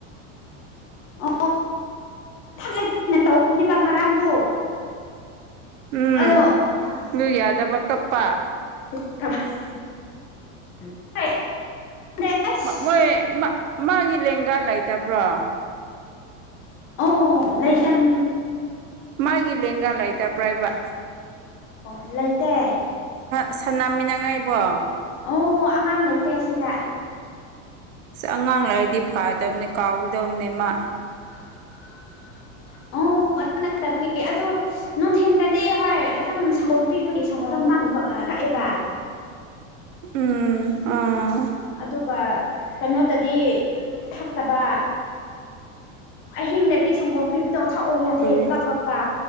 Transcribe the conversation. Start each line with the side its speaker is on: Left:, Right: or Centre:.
Left: ꯑ ꯊꯂ ꯊꯅ ꯇꯧꯕꯅꯦꯕ ꯉꯔꯥꯡꯗꯣ
Right: ꯎꯝ
Left: ꯑꯗꯣꯛ
Right: ꯑꯗꯨ ꯌꯥꯗꯕ ꯀꯞꯄ
Left: <inaudible> ꯑꯁ
Right: ꯃꯣꯏ ꯃꯥꯒꯤ ꯂꯦꯡꯒꯥ ꯂꯩꯇꯕ꯭ꯔꯣ
Left: ꯑꯣ ꯂꯩꯥꯏꯇꯝ
Right: ꯃꯥꯒꯤ ꯂꯍꯒꯥ ꯂꯩꯏꯇꯕ꯭ꯔꯥ ꯏꯕ
Left: ꯂꯩ ꯂꯩꯇ
Right: ꯁꯥꯟꯅꯃꯤꯟꯅꯉꯥꯏꯕꯣ
Left: ꯑꯣ ꯑꯉꯥꯡ ꯂꯩꯇꯦ ꯁꯤꯗ
Right: ꯑꯁ ꯑꯉꯥꯡ ꯂꯩꯔꯗꯤ ꯐꯥꯗꯕꯅꯦ ꯀꯥꯎꯗꯕꯅꯦ ꯃꯥ
Left: <unintelligible>
Right: <inaudible>
Left: ꯑꯣ ꯑꯗꯣ ꯅꯨꯡꯊꯤꯟꯜꯗꯗꯤ ꯍꯣꯏ ꯑꯗꯨꯝ ꯁꯪꯒꯣꯝ ꯄꯤꯕꯒꯤ ꯁꯪꯒꯣꯝꯝ ꯃꯥꯡꯕꯥꯛ ꯋꯥꯕꯥ
Right: ꯎꯝ ꯑꯣ
Left: ꯑꯗꯨꯒ ꯀꯩꯅꯣꯗꯗꯤ ꯊꯛꯇꯕ ꯑꯍꯤꯡꯗꯗꯤ ꯁꯪꯒꯣꯝ ꯄꯕ ꯇꯧ ꯊꯛꯑꯣ ꯌꯥꯗꯦ
Right: ꯀꯔꯤ
Left: ꯀꯞꯄꯒ